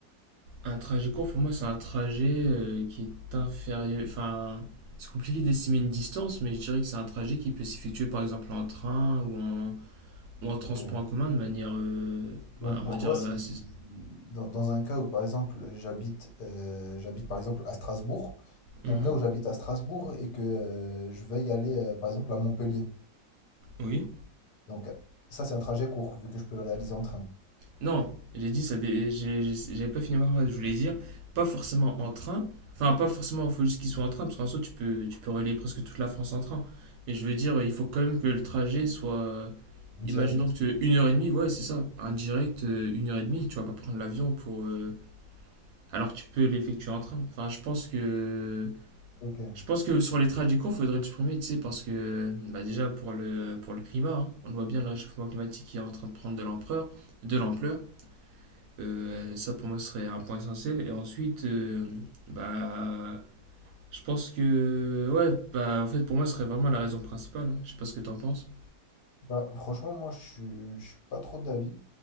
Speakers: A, on the right; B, on the left.
A: Un trajet court, pour moi, c'est un trajet euh, qui est inférieur... Enfin, c'est compliqué d'estimer une distance, mais je dirais que c'est un trajet qui peut s'effectuer, par exemple, en train ou en, ou en transport
B: Ok.
A: en commun de manière, euh, bah,
B: Donc pour
A: on va dire,
B: toi,
A: euh,
B: si
A: assez...
B: dans, dans un cas où par exemple j'habite euh, j'habite par exemple à Strasbourg,
A: Mhm.
B: dans le cas où j'habite à Strasbourg et que euh, je veux y aller euh, par exemple à Montpellier.
A: Oui.
B: Donc ça c'est un trajet court vu que je peux le réaliser en train,
A: Non, j'ai dit ça. dé- j'ai- j'ai- J'avais pas fini ma phrase. Je voulais dire pas forcément en train. Enfin, pas forcément. Il faut juste qu'ils soient en train parce qu'en soi, tu peux, tu peux relier presque toute la France en train. Mais je veux dire, il faut quand même que le trajet soit.
B: en
A: Imaginons
B: direct.
A: que tu es une heure et demie. Ouais, c'est ça. Un direct euh, une heure et demie. Tu vas pas prendre l'avion pour. euh, Alors que tu peux l'effectuer en train. Enfin, je pense que.
B: Ok.
A: Je pense que sur les trajets courts, faudrait le supprimer, tu sais, parce que bah déjà pour le pour le climat, hein, on voit bien le réchauffement climatique qui est en train de prendre de l'ampleur, de l'ampleur. Euh, ça pour moi serait un point essentiel. Et ensuite, euh, bah, je pense que, ouais, bah, en fait, pour moi, ce serait vraiment la raison principale. hein. Je sais pas ce que t'en penses.
B: Bah franchement moi je suis, je suis pas trop d'avis